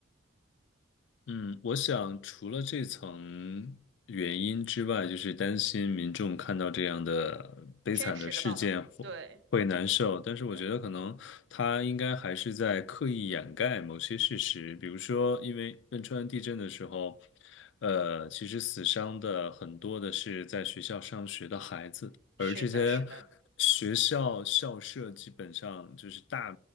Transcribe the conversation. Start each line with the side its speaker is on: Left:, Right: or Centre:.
Left: 嗯，我想除了这层原因之外，就是担心民众看到这样的悲惨的事件会会难受，
Right: 真实的报道，对
Left: 但是我觉得可能他应该还是在刻意掩盖某些事实，
Right: 对，
Left: 比如说，因为汶川地震的时候，呃，其实死伤的很多的是在学校上学的孩子，
Right: 是的，
Left: 而这些
Right: 是的，
Left: 学校校舍基本上就是大